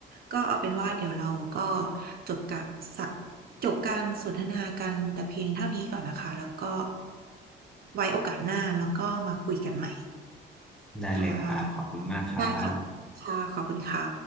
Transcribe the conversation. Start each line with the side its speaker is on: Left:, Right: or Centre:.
Right: ก็เอาเป็นว่าเดี๋ยวเราก็จบการสะจบการสนทนากันแต่เพียงเท่านี้ก่อนนะคะแล้วก็ไว้โอกาสหน้าแล้วก็มาคุยกันใหม่
Centre: ได้เลยครับขอบคุณมากครับ
Right: ค่ะได้ค่ะค่ะขอบคุณค่ะ